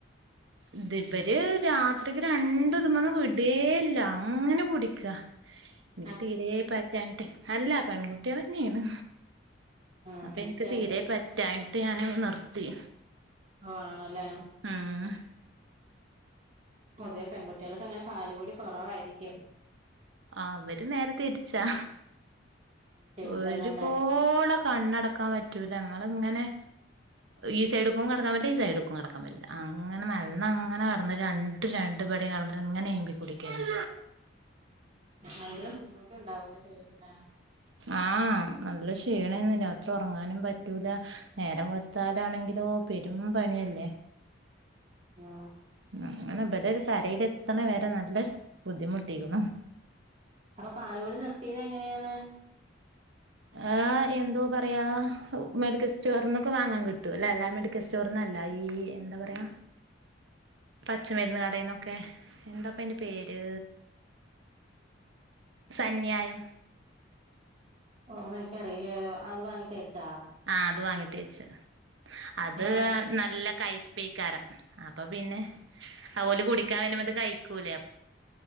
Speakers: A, on the right; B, on the right.
A: ഇത് ഇവര് രാത്രിക്ക് രണ്ടും തിമന്ന് വിടേല്ല അങ്ങനെ കുടിക്ക
B: <inaudible>
A: എനിക്ക് തീരെ പറ്റാൻട്ട് അല്ല പെൺകുട്ട്യാളെന്നേണ്
B: ഉം
A: അപ്പ ഇൻക്ക്
B: രണ്ടും
A: തീരെ പറ്റായ്ട്ട് ഞാനത് നിർത്തി
B: ഓ ആണല്ലേ
A: ആഹ്
B: പൊതുവെ പെൺകുട്ടികൾക്ക് അങ്ങനെ പാല് കൂടി കുറവായിരിക്കും
A: ആ വര് നേരെ തിരിച്ചാ
B: ട്വിൻസ്
A: ഒരുപോള
B: ആയതുകൊണ്ടായിരിക്കും
A: കണ്ണടക്കാൻ പറ്റൂല നമ്മള ഇങ്ങനെ ഈ സൈഡ് ക്കും കിടക്കാൻ പറ്റില്ല ഈ സൈഡ് ക്കും കിടക്കാൻ ൻ പറ്റില്ല അങ്ങനെ മലന്ന് അങ്ങനെ കിടന് രണ്ട് രണ്ട് പട കന്ന് ഇങ്ങനെഇമ്പി കുടിക്കന്നെ
B: അയ്ന്റെ ബുദ്ധിമുട്ട് ഉണ്ടാവൂലേ ശരീരത്തിന്
A: ആ നല്ല ക്ഷീണേന്ന് രാത്രി ഉറങ്ങാനും പറ്റൂല നേരം വെള്ത്താലാണെങ്കിലോ പെരും പണില്ലേ
B: ആ
A: അങ്ങനെ വരരു കരയൽ എത്തണ വരെ നല്ല ബുദ്ധിമുട്ടിരിന്നു
B: അപ്പൊ പാലു കുടി നിർത്തിത് എങ്ങനെണ്
A: ആ എന്തോ പറയാ മെഡിക്കൽ സ്റ്റോറിന്നൊക്കെ വാങ്ങാൻ കിട്ടൂ എല്ലാ മെഡ ക്കൽ സ്റ്റോറിന്നല്ല ഈ എന്താ പറയ പച്ചമരുന്ന് കടയിന്നൊക്കെ എന്താപ്പന്റെ പേര് സന്യായം
B: ഓ എനിക്കറിയില്ലരോ അത് വാങ്ങി തേച്ചാ
A: ആ അത് വാങ്ങി തേച്ച് അത്
B: പിന്നെ വന്നിട്ട്
A: നല്ല കയ്പ്പേക്കാരം അപ്പൊ പിന്നെ ഓല് കുടിക്കാൻ വരുമ്പത് കഴിക്കൂലേ